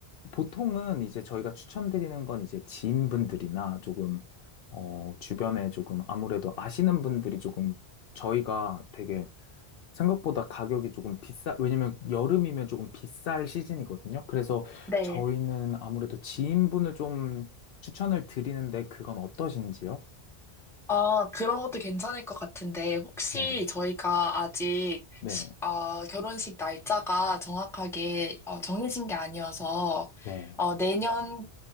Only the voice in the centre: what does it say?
네.
아, 그런 것도 괜찮을 것 같은데, 혹시
저희가 아직
시- 어, 결혼식 날짜가 정확하게 어, 정해진 게 아니어서,
어, 내년,